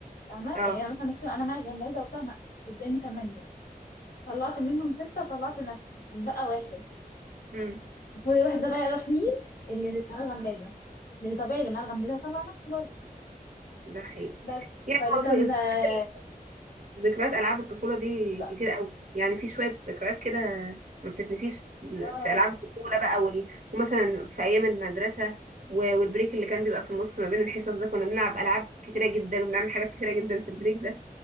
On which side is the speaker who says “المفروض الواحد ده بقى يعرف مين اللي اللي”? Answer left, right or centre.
Left